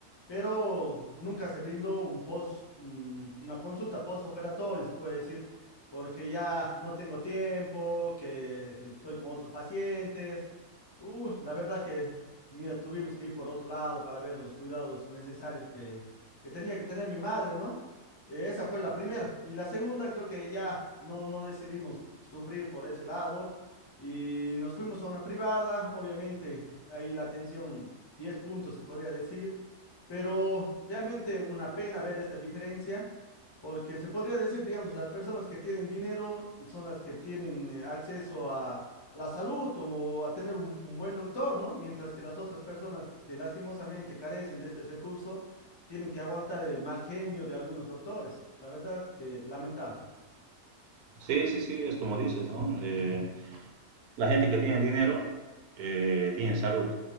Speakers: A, on the left (about 20°); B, on the right (about 80°).
A: pero nunca se brindó un post, un- una consulta postoperatorio, se puede decir, porque ya no tengo tiempo, que estoy con otros pacientes. Uh, la verdad que, mira, tuvimos que ir por otro lado para ver los cuidados necesarios que, que tenía que tener mi madre, ¿no? Eh, esa fue la primera. Y la segunda, creo que ya no, no decidimos sufrir por ese lado y nos fuimos a una privada, obviamente, ahí la atención 10 puntos se podría decir, pero realmente una pena ver esta diferencia, porque se podría decir, digamos, las personas que tienen dinero son las que tienen eh, acceso a, a la salud o a tener un, un buen doctor, ¿no? Mientras que las otras personas que lastimosamente carecen de este recurso tienen que aguantar el mal genio de algunos doctores. La verdad que lamentable.
B: Sí, sí, sí, es como dices, ¿no? Eh, la gente que tiene dinero eh, tiene salud